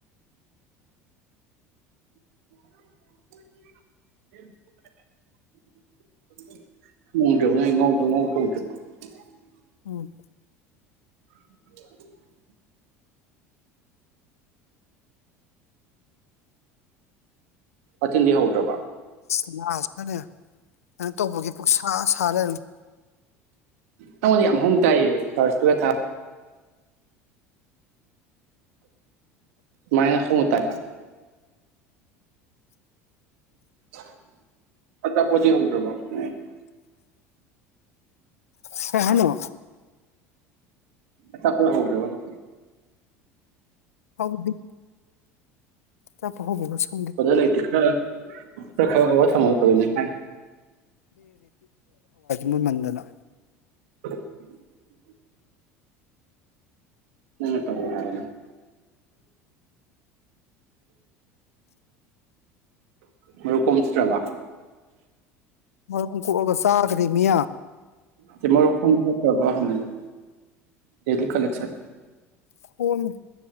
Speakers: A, on the right; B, on the left.
A: <inaudible>
B: ꯎꯝ
A: <unintelligible> ꯋꯥꯇꯤꯟꯗꯤ ꯍꯧꯗ꯭ꯔꯕ
B: <inaudible> ꯅꯅꯦ <inaudible> ꯇꯧꯕꯒꯤ ꯄꯨꯁꯥ ꯁꯥ ꯂꯩꯔꯝꯃꯦ
A: ꯑꯩꯉꯣꯟꯗ ꯌꯥꯝ ꯍꯧꯅ ꯇꯥꯏꯌꯦ ꯂꯥꯎꯗ ꯏꯁꯄꯤꯀꯔ ꯊꯥꯕꯩ ꯃꯥꯏꯅ ꯍꯧꯅ ꯇꯥ <unintelligible>
B: ꯁ ꯍꯥꯏꯅꯣ
A: ꯑꯆꯥꯄꯣꯠ ꯍꯧꯗꯔꯕ
B: ꯍꯧꯗ꯭ꯔꯤ꯫ ꯆꯥꯄꯣꯠ ꯍꯧꯕꯅꯁꯨ
A: ꯕ꯭ꯔꯗꯔ ꯂꯩꯇꯦ ꯈꯔ ꯈꯔ ꯈꯔ ꯍꯧꯔ ꯊꯝꯃꯒ ꯐꯗꯣꯏꯅꯤ ꯍꯥꯏ
B: <unintelligible> ꯃꯨꯟꯃꯟꯗꯅ
A: <inaudible> ꯅꯪꯅ ꯇꯧ ꯍꯥꯏ ꯃꯔꯨꯛ ꯑꯝ ꯆꯠꯇꯔꯕ
B: ꯃꯔꯨꯝ ꯀꯣꯛꯑꯒ ꯆꯥꯒ꯭ꯔꯦꯃꯤ
A: ꯇꯦ ꯃꯔꯨꯞ ꯈꯣꯝꯕ <unintelligible> ꯍꯪꯕꯅꯤꯗ ꯗꯦꯂꯤ ꯀꯂꯦꯛꯁꯟ꯫
B: ꯈꯣꯝꯃꯦ